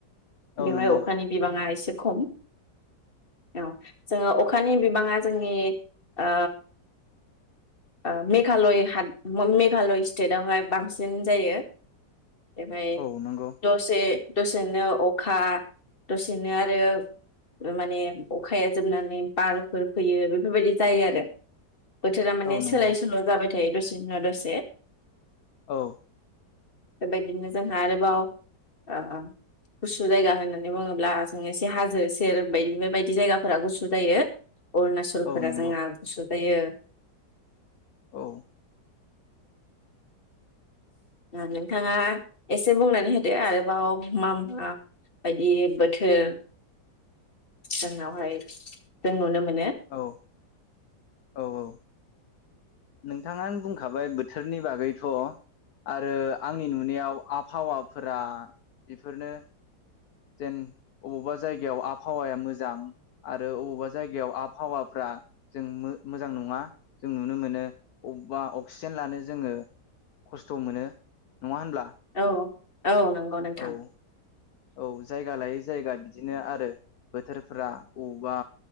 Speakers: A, on the left (about 60°); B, on the left (about 30°).
A: औ
B: बेवहाय
A: नंगौ
B: अखा बिबांआ एसे खम। औ। जोंङो अखानि बिबाङा जोंनि ओ ओ मेघालय हाद मेघालय स्टेटवहाय बांसिन जायो। एफाय
A: औ नंगौ
B: दसे दसेनो अखा। दसेनो आरो माने अखाया जोबनानै बारफोर फैयो बेफोरबायदि जायो आरो। बोथोरा माने
A: औ नंगौ
B: सोलाय सोल जाबाय दसे नि उनाव दसे।
A: औ।
B: बेबायदिनो जोंहा आरोबाव ओ ओ गुसु जायगा होनो होननानै बुङोब्ला जोंङो एसे हाजो सेर बायदि बेफोरदि जायगाफोरा गुसु जायो। अरुणाचलफोरा
A: औ नंगौ
B: जोंआ गुसु जायो
A: औ
B: नोंथाङा एसे बुंनानै होदो आरोबाव मामा बायदि बोथोर जोंनावहाय जों नुनो मोन
A: औ औ औ नोंथाङानो बुंखाबाय बोथोरनि बागैथ' आरो आंनि नुनायाव आबहावाफोरा बेफोरनो जेन अबेबा जायगायाव आबहावाया मोजां आरो अबावबा जायगायाव आबहावाफ्रा जों मोजां नङा जों नुनो मोनो अबेबा अक्सिजेन लानो जोङो खस्थ' मोनो। नङा होनब्ला?
B: औ औ नंगौ नोंथां
A: औ औ जायगा लायै जायगा बिदिनो आरो बोथोरफोरा अबेबा